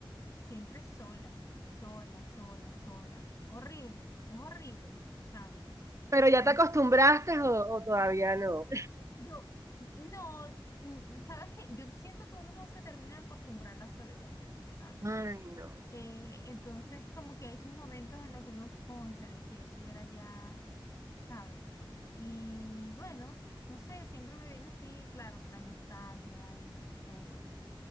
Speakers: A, on the left (about 35°); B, on the right (about 35°).
A: siempre sola, sola, sola, sola. Horrible, es horrible, ¿sabes?
B: ¿Pero ya
A: Entonces,
B: te acostumbraste o, o todavía no?
A: yo, no, mm, ¿sabes qué? Yo siento que uno no se termina de acostumbrar a la soledad, ¿sabes?
B: Ay, no.
A: Eh, entonces, como que hay sus momentos en los que uno, cónchale, si yo estuviera allá, ¿sabe? Y bueno, no sé, siempre me viene así, claro, que la nostalgia y todo,